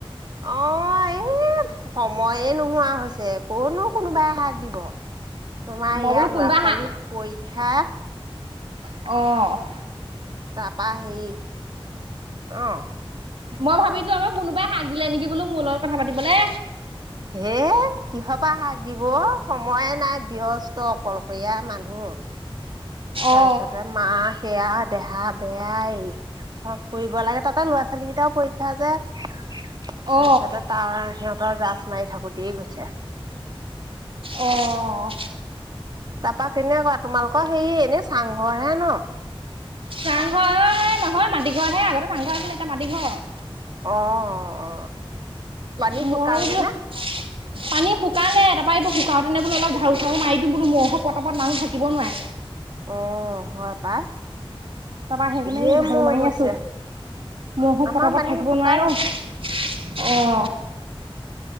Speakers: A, on the right; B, on the right.
A: অঁ এই সময়ে নোহোৱা হৈছে কতনো কোনোবাই শাক দিব। তোমাৰ
B: মই
A: ইয়াৰ
B: বোলো
A: ল'ৰা
B: কোনোবা
A: ছোৱালী পৰীক্ষা
B: অঁ।
A: তাৰপৰা হেৰি অঁ
B: মই ভাবিছো আমাৰ কোনোবাই শাক, দিলে নেকি বোলো মোৰ লগত কথা পাতিবলে।
A: হে কিহৰপাহ শাক দিব? সময়ে নাই ব্যস্ত অকলশৰীয়া মানুহ, তাৰপিছতে
B: অ
A: মা সেইয়া দেহা বেয়াই, চব কৰিব লাগে, তাতে ল'ৰা ছোৱালীকেইটাও পৰীক্ষা যে। তাৰপিছতে
B: অ
A: তাৰ সিহঁতৰ জাচ মাৰি থাকোতে গৈছে।
B: অঁ
A: তাৰপা কেনেকুৱা তোমালোকৰ হেৰি এনেই চাংঘৰ হে ন।
B: চাংঘৰ ঐ ঘৰ মাটি ঘৰহে আগতে চাংঘৰ আছিল এতিয়া মাটি ঘৰ।
A: অঁ, অ পানী শুকালগে
B: মই বোলো
A: নে?
B: পানী শুকালে, তাৰপৰা এইোৰ শুকাওঁতেনে বোলো অলপ জাৰো চাৰু মাৰ দিও, বোলো মহৰ পতাপত মানুহ থাকিব নোৱাৰে।
A: অঁ, হয় পাই।
B: তাৰপৰা সেইকাৰণে
A: ঢেৰ
B: এই জাৰো
A: মহ
B: মাৰি
A: হৈছে
B: আছো। মহো
A: আমাৰ
B: পতাপত
A: পানী
B: থাকিব
A: শুকালে
B: নোৱাৰে অ।
A: উম